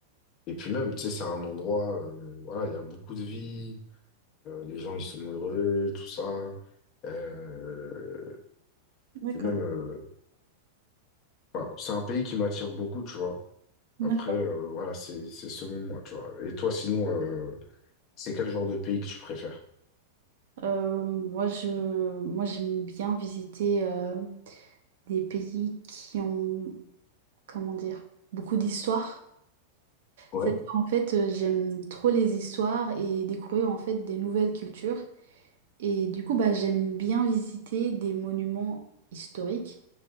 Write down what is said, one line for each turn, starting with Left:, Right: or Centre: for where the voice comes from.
Left: et puis même, tu sais, c'est un endroit, euh, voilà, il y a beaucoup de vie, Euh, les gens, ils sont heureux, tout ça. Euh,
Right: D'accord.
Left: et même, euh, enfin, c'est un pays qui m'attire beaucoup, tu vois. Après,
Right: D'accord.
Left: euh, voilà, c'est c'est selon moi, tu vois. Et toi, sinon, euh, c'est quel genre de pays que tu préfères?
Right: Euh, moi, je, moi, j'aime bien visiter euh, des pays qui ont, comment dire, beaucoup d'histoire.
Left: Ouais,
Right: C'est-à-dire, en fait, euh, j'aime trop les histoires et découvrir en fait des nouvelles cultures. Et du coup, bah, j'aime bien visiter des monuments historiques.